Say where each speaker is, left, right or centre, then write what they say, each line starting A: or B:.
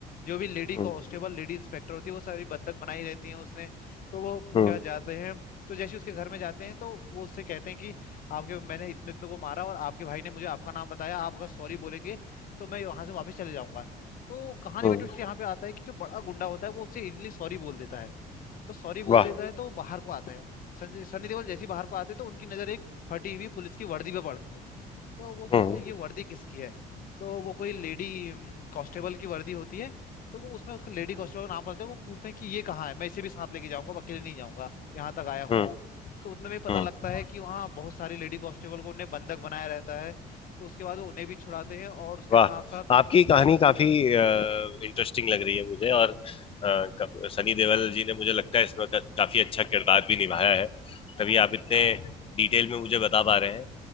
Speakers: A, on the left; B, on the left.
A: जो भी लेडी
B: हम्म
A: कांस्टेबल लेडी इंस्पेक्टर होती है वो सारी बंधक बनाई रहती हैं उसने तो वो उनके
B: हम्म
A: यहाँ जाते हैं तो जैसे ही उसके घर में जाते हैं तो वो उससे कहते हैं कि आपके मैंने इतने इतने को मारा और आपके भाई ने मुझे आपका नाम बताया आप अगर सॉरी बोलेंगे तो मैं वहां से वापस चले जाऊंगा तो कहानी
B: हम्म
A: में ट्विस्ट यहाँ पे आता है कि जो बड़ा गुंडा होता है वो उससे इजीली सॉरी बोल देता है तो सॉरी बोल
B: वाह
A: देता है तो वो बाहर को आता है संजय सनी देओल जैसे ही बाहर को आते हैं तो उनकी नजर एक फटी हुई पुलिस की वर्दी पे पड़ती है तो वो पूछते
B: हम्म
A: हैं ये वर्दी किसकी है तो वो कोई लेडी कांस्टेबल की वर्दी होती है तो वो उसमें उसको लेडी कांस्टेबल का नाम पड़ता है वो पूछते हैं कि ये कहाँ है मैं इसे भी साथ लेके जाऊंगा मैं अकेले नहीं जाऊंगा यहाँ तक आया हूँ
B: हम्म
A: तो तो उतने में पता
B: हम्म
A: लगता है कि वहाँ बहुत सारी लेडी कांस्टेबल को उन्हें बंधक बनाया रहता है तो उसके बाद वो उन्हें भी छुड़ाते हैं और उसके
B: वाह
A: साथ साथ
B: आपकी कहानी काफी इंटरेस्टिंग लग रही है मुझे और अ, कब- सनी देओल जी ने मुझे लगता है इसमें का, काफी अच्छा किरदार भी निभाया है तभी आप इतने डिटेल में मुझे बता पा रहे हैं